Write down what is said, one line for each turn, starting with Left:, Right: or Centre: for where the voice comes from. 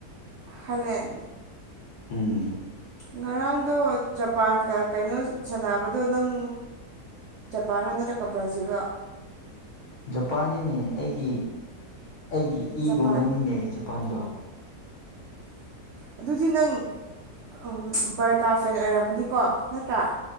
Right: ꯍꯂꯦꯟ
Left: ꯎꯝ
Right: ꯉꯔꯥꯡꯗꯣ ꯖꯄꯥꯟꯒ ꯀꯩꯅꯣ ꯁꯥꯟꯅꯕꯗꯣ ꯅꯪ ꯄꯥꯟꯅꯔ ꯀ ꯭ꯔꯥꯖꯂꯒ
Left: ꯖꯄꯥꯥꯟꯅꯤꯅꯦ ꯑꯩꯒꯤ ꯑꯩꯒꯤ
Right: ꯖꯄꯥꯟ
Left: ꯏꯒꯨꯝꯕꯅꯤꯅꯦꯖ ꯄꯗ
Right: ꯑ ꯑꯗꯨꯗꯤ ꯅꯪ ꯎ ꯕꯔꯀꯥꯔ ꯐꯦꯟ ꯑꯣꯏꯔ ꯍꯅꯤꯀꯣ ꯅꯠꯇ꯭ꯔꯥ